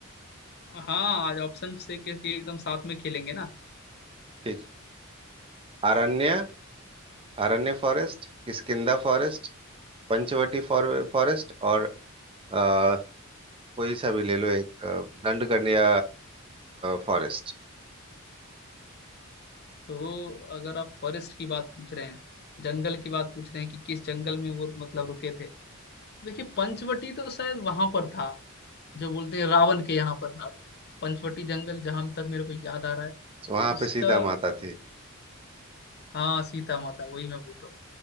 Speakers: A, on the left; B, on the right.
A: हाँ आज ऑप्शन से क्योंकि एकदम साथ में खेलेंगे ना
B: ठीक अरण्य अरण्य forest किष्किंधा forest पंचवटी forest और अ, कोई सा भी ले लो एक अ, दंडकन्या फॉरेस्ट
A: तो अगर आप फॉरेस्ट की बात पूछ रहे हैं जंगल की बात पूछ रहे हैं कि किस जंगल में वो मतलब रुके थे देखिए पंचवटी तो शायद वहां पर था जो बोलते हैं रावण के यहाँ पर ना पंचवटी जंगल जहां तक मेरे को याद आ रहा है तो
B: वहां
A: इसका
B: पे सीता माता थी
A: हाँ सीता माता वही मैं बोल रहा हूँ